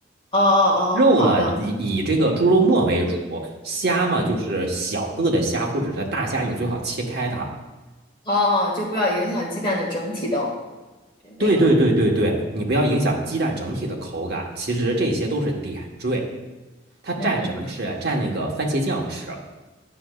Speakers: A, on the left; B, on the right.
A: 哦哦哦，
B: 肉嘛，
A: 好的，
B: 以以这个猪肉末为主，虾嘛就是小个的虾或者是大虾，
A: 嗯，
B: 你最好切开它。
A: 哦哦，就不要影响鸡蛋的整体的
B: 对对对对对，
A: 那个。
B: 你不要影响鸡蛋整体的口感。其实这些都是点缀，它蘸什么吃啊？
A: 嗯嗯
B: 蘸那个番茄酱吃。